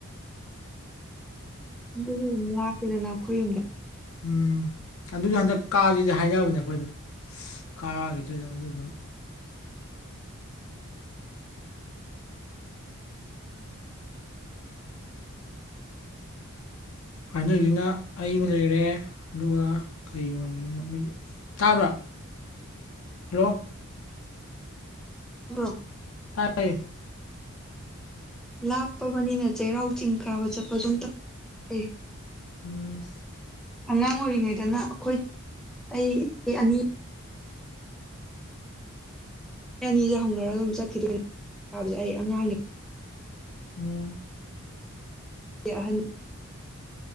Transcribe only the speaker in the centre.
ꯑꯗꯨ ꯂꯞꯄꯦꯗꯅꯈꯣꯏ ꯌꯨꯝꯗ
<unintelligible> <inaudible>
ꯂꯥꯞꯄꯕꯅꯤꯅ ꯆꯩꯔꯥꯎ ꯆꯤꯡ ꯀꯥꯕ ꯆꯠꯄ ꯁꯨꯝ ꯇꯧꯦ
ꯑꯉꯥꯡ ꯑꯣꯏꯔꯤꯉꯩꯗꯅ ꯑꯩꯈꯣꯏ ꯑꯩ ꯑꯅꯤ ꯑꯅꯤꯒ ꯍꯧꯅꯔꯒ ꯑꯗꯨꯝ ꯆꯠꯈꯤꯗꯣꯏꯅꯤꯕꯁꯦ ꯑꯩ ꯑꯉꯥꯡꯅꯤ
ꯑꯍꯟ